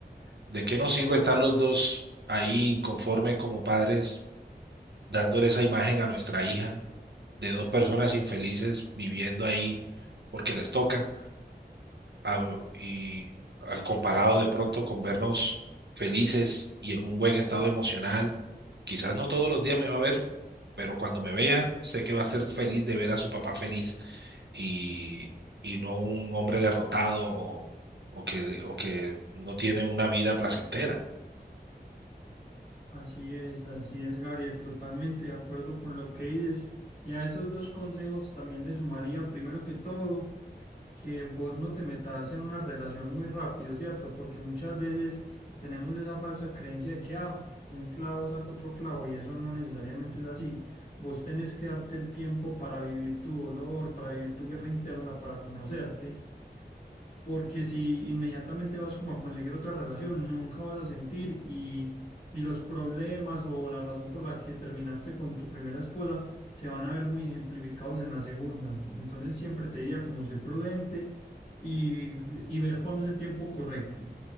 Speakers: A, on the right; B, on the left.
A: ¿De qué nos sirve estar los dos ahí inconformes como padres, dándole esa imagen a nuestra hija de dos personas infelices viviendo ahí porque les toca? a- y al comparado de pronto con vernos felices y en un buen estado emocional, quizás no todos los días me va a ver, pero cuando me vea, sé que va a ser feliz de ver a su papá feliz y, y no un hombre derrotado o, o que, o que no tiene una vida placentera.
B: Así es, así es, Gabriel, totalmente de acuerdo con lo que dices. Y a esos dos consejos también le sumaría, primero que todo, que vos no te metas en una relación muy rápido, ¿cierto? Porque muchas veces tenemos esa falsa creencia de que, ah, un clavo saca otro clavo y eso no necesariamente es así. Vos tenés que darte el tiempo para vivir tu dolor, para vivir tu guerra interna, para conocerte. porque si inmediatamente vas como a conseguir otra relación, nunca vas a sentir y, y los problemas o la razón por la que terminaste con tu primera esposa se van a ver muy ejemplificados en la segunda. Entonces siempre te diría como ser prudente y, y ver cuándo es el tiempo correcto.